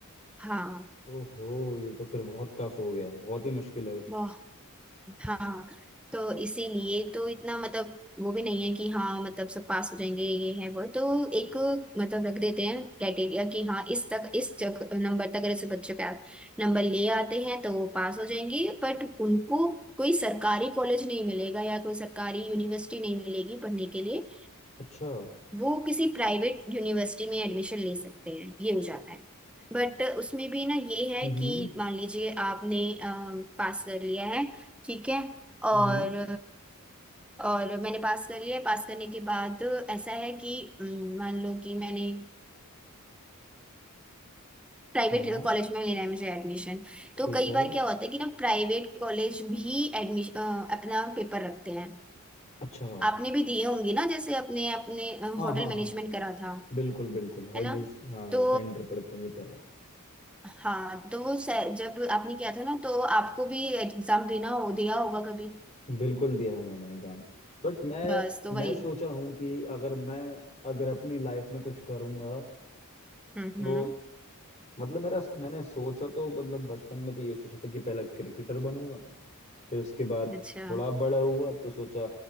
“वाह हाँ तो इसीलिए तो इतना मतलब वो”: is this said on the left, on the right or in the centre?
Centre